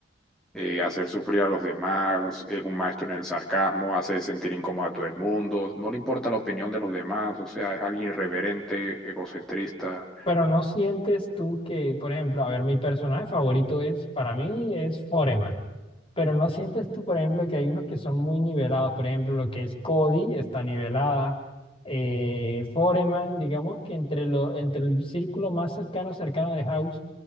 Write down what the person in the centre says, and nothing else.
eh, hacer sufrir a los demás, es un maestro en el sarcasmo, hace sentir incómodo a todo el mundo, no le importa la opinión de los demás, o sea, es alguien irreverente, egocentrista.